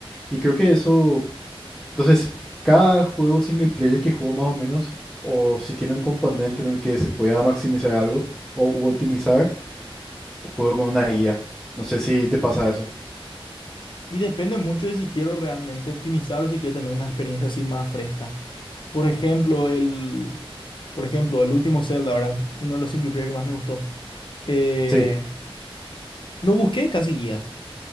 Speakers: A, in the centre; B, on the left.
A: Y creo que eso, entonces, cada juego single player que juego más o menos, o si tiene un componente en el que se pueda maximizar algo o u optimizar, juego con una IA. No sé si te pasa eso.
B: Y depende mucho de si quiero realmente optimizar o si quiero tener una experiencia así más fresca. Por ejemplo, el, por ejemplo, el último Zelda, ¿verdad? Uno de los single player que más me gustó. Eh,
A: Sí,
B: no busqué casi guías.